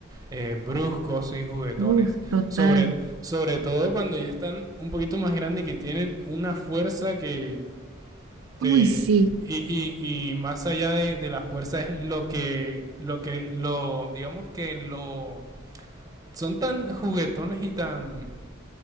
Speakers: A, on the right; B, on the right.
A: eh, bruscos y juguetones.
B: Uf, total.
A: Sobre, sobre todo cuando ya están un poquito más grandes que tienen una fuerza que te...
B: Uy, sí.
A: Y, y, y más allá de, de la fuerza es lo que, lo que, lo, digamos que lo... Son tan juguetones y tan